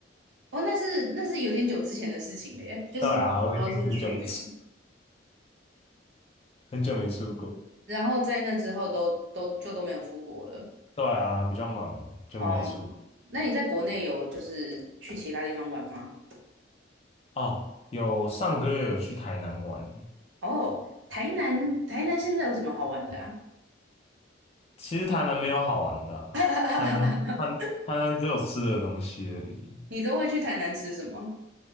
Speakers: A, on the right (about 65°); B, on the left (about 30°).
A: 哦，那是那是有点久之前的事情了耶，就是等于说是去年，
B: 对啊，我已经很久没出，很久没出国。
A: 然后在那之后都都就都没有出国了。
B: 对啊，比较忙就没有出国。
A: 哦，那你在国内有就是去其他地方玩吗？
B: 哦，有上个月有去台南玩，
A: 哦，台南台南现在有什么好玩的啊？
B: 其实台南没有好玩的啊台南台台南只有吃的东西而已
A: <laughs> 你都会去台南吃什么？